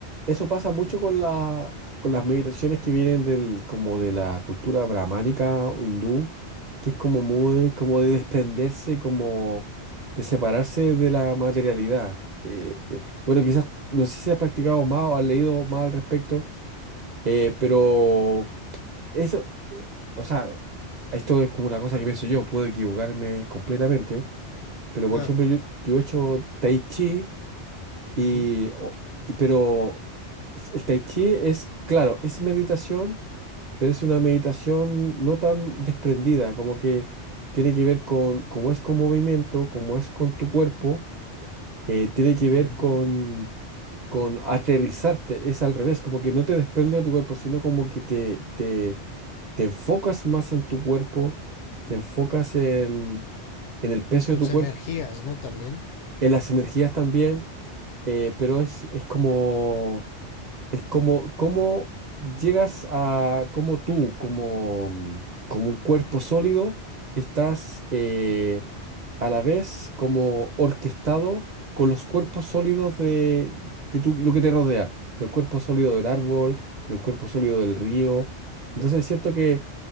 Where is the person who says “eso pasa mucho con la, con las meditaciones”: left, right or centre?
Right